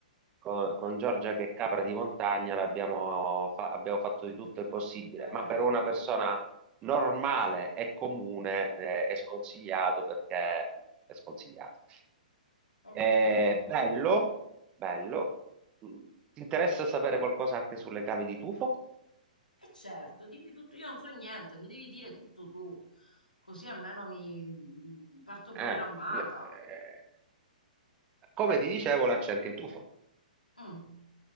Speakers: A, on the right; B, on the left.
A: co- con, Giorgia che è capra di montagna l'abbiamo fa- abbiamo fatto
B: <laughs>
A: di tutto il possibile,
B: poverella.
A: ma per una persona normale e comune eh, è sconsigliato perché è sconsigliato.
B: Ok.
A: È bello, bello. Mm, Ti interessa sapere qualcosa anche sulle cave di tufo?
B: E certo, dimmi tutto, io non so niente, mi devi dire tutto tu, così almeno mi mm, parto programmata.
A: Eh, le- eh, come ti dicevo, là c'è anche il tufo.
B: Mm,